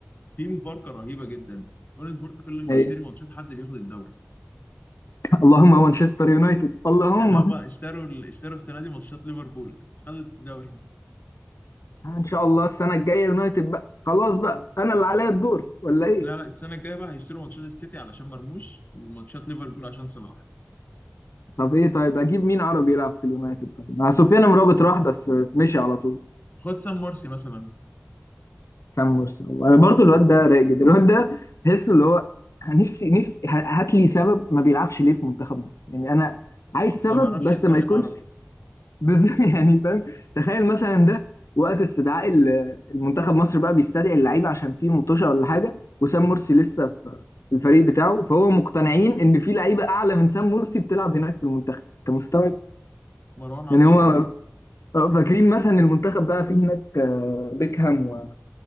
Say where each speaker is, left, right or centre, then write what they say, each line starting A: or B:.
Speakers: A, on the left (about 40°); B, on the left (about 85°).
A: في مفارقه رهيبه جدا اون سبورت كل ما
B: أي.
A: تشتري ماتشات حد بياخد الدوري
B: اللهم مانشستر يونايتد اللهم
A: يعني هما اشتروا ال- اشتروا السنه دي ماتشات ليفربول خدت الدوري
B: ان شاء الله السنه الجايه يونايتد بقى خلاص بقى انا اللي عليا الدور ولا ايه
A: لا لا السنه الجايه بقى هيشتروا ماتشات السيتي علشان مرموش وماتشات ليفربول عشان صلاح
B: طب ايه طيب اجيب مين عربي يلعب في اليونايتد طيب مع سفيان مرابط راح بس مشي على طول
A: خد سام مرسي مثلا
B: سام مرسي انا برضو الواد ده رايق جدا الواد ده تحسه اللي هو نفسي نفسي ه- هات لي سبب ما بيلعبش ليه في منتخب مصر يعني انا عايز سبب
A: ما بيعرفش
B: بس
A: يتكلم
B: ما يكونش
A: عربي
B: بس <laughs> يعني فاهم تخيل مثلا ده وقت استدعاء ال- المنتخب مصر بقى بيستدعي اللعيبه عشان في مطوشه ولا حاجه وسام مرسي لسه في في الفريق بتاعه فهو مقتنعين ان في لعيبه اعلى من سام مرسي بتلعب هناك في المنتخب انت مستوعب
A: مروان عطية
B: يعني هو آه، فاكرين مثلا المنتخب بقى فيه هناك آه، بيكهام و-